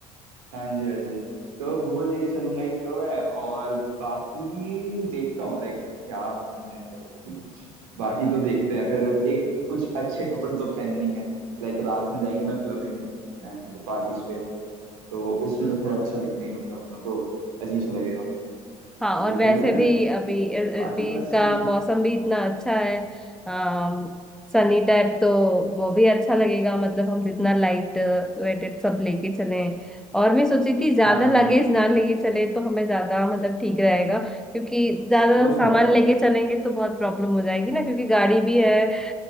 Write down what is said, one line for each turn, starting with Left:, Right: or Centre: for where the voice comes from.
Right: हाँ जी हाँ जी तो वो लेके चलूंगा एक तो मैं और बाकी देखता हूँ लाइक क्या सीन है कैसा सीन है बाकी तो देखते हैं फिर एक कुछ अच्छे कपड़े तो पहननी है लाइक रात में जाएंगे ना क्लबिंग एंड पार्टीज पे तो उसमें तो थोड़ा अच्छा दिखना ही होता है वरना तो अजीब सा लगेगा
Centre: हाँ
Right: तो वो
Centre: और
Right: कर
Centre: वैसे
Right: लेते
Centre: भी
Right: हैं
Centre: अभी अभी
Right: बाकी बस
Centre: का
Right: ठीक है
Centre: मौसम भी इतना अच्छा है अम सनी टाइप तो वो भी अच्छा लगेगा मतलब हम जितना लाइट वेटेड सब लेके चले और मैं सोची थी ज्यादा
Right: हाँ हाँ
Centre: लगेज
Right: हाँ हाँ।
Centre: ना लेके चले तो हमें ज्यादा मतलब ठीक रहेगा क्योंकि ज्यादा
Right: वो तो
Centre: सामान
Right: है वो
Centre: लेके
Right: तो है
Centre: चलेंगे तो बहुत प्रॉब्लम हो जाएगी ना क्योंकि गाड़ी भी है अ,